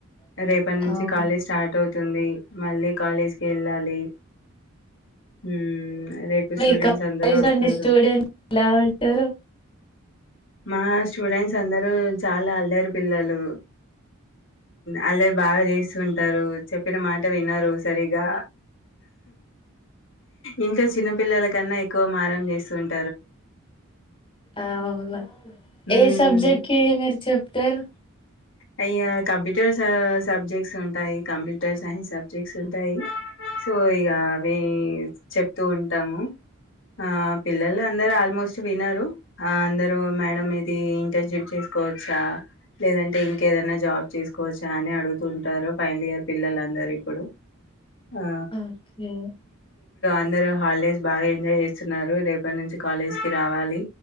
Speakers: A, on the left; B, on the left.
A: రేపటి నుంచి
B: అవును
A: కాలేజ్ స్టార్ట్ అవుతుంది మళ్ళీ కాలేజ్కి వెళ్ళాలి మ్మ్ రేపు
B: మీ
A: స్టూడెంట్స్
B: కాలేజ్
A: అందరూ వస్తారు
B: లో ఉండి స్టూడెంట్ ఎలా ఉంటారు
A: మా స్టూడెంట్స్ అందరూ చాలా అల్లరి పిల్లలు అల్లరి బాగా చేస్తూ ఉంటారు చెప్పిన మాట వినరు సరిగా ఇంట్లో చిన్నపిల్లల కన్నా ఎక్కువ మారం చేస్తుూంటారు
B: అవున
A: మ్మ్
B: ఏ సబ్జెక్ట్ కి మీరు చెప్తారు
A: అయే కంప్యూటర్ సబ్జెక్ట్స్ ఉంటాయి కంప్యూటర్ సైన్స్ సబ్జెక్ట్స్ ఉంటాయి సో ఇగ అవి చెప్తూ ఉంటాము ఆ పిల్లలు అందరు ఆల్మోస్ట్ విన్నారు ఆ అందరూ మేడం ఇది ఇంటర్న్షిప్ చేసుకోవచ్చా లేదంటే ఇంకేదైనా జాబ్ చేసుకోవచ్చా అని అడుగుతుంటారు ఫైనల్ ఇయర్ పిల్లలందరూ ఇప్పుడు ఆ
B: ఒకే <unintelligible>
A: <unintelligible> హాలీడేస్ బాగా ఎంజాయ్ చేస్తున్నారు రేప్ రేప్పటి నుంచి కాలేజ్ కి రావాలి